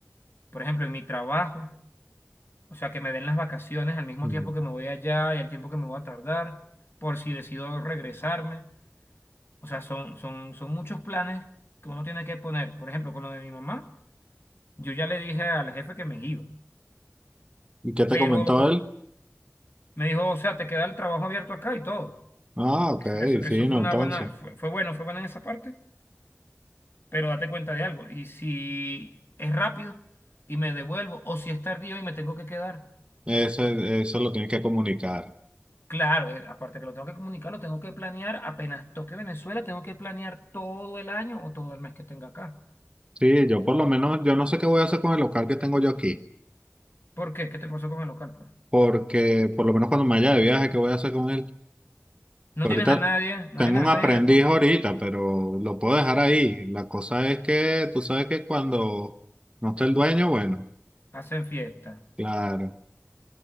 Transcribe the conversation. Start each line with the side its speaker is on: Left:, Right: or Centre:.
Left: por ejemplo, en mi trabajo, o sea, que me den las vacaciones al mismo
Right: Ujú.
Left: tiempo que me voy allá y el tiempo que me voy a tardar, por si decido regresarme. O sea, son, son, son muchos planes que uno tiene que poner. Por ejemplo, con lo de mi mamá, yo ya le dije al jefe que me iba,
Right: ¿Y qué te
Left: pero
Right: comentó él?
Left: me dijo, o sea, te queda el trabajo abierto acá y todo.
Right: Ah, ok,
Left: Eso, eso- eso
Right: fino,
Left: fue una
Right: entonces.
Left: buena, fue, fue bueno, fue buena en esa parte, pero date cuenta de algo. Y si es rápido y me devuelvo, o si es tardío y me tengo que quedar,
Right: Ese, eso lo tienes que comunicar.
Left: claro, eh, aparte que lo tengo que comunicar, lo tengo que planear, apenas toque Venezuela, tengo que planear todo el año o todo el mes que tenga acá.
Right: Sí, yo por lo menos, yo no sé qué voy a hacer con el local que tengo yo aquí.
Left: ¿Por qué? ¿Qué te pasó con el local, pues?
Right: porque por lo menos cuando me vaya de viaje, ¿qué voy a hacer con él?
Left: No
Right: Pero
Left: tienes
Right: ahorita
Left: a nadie, no
Right: tengo
Left: tienes
Right: un
Left: a nadie
Right: aprendiz
Left: de con-
Right: ahorita, pero lo puedo dejar ahí. La cosa es que tú sabes que cuando no está el dueño, bueno,
Left: Hacen fiesta.
Right: claro,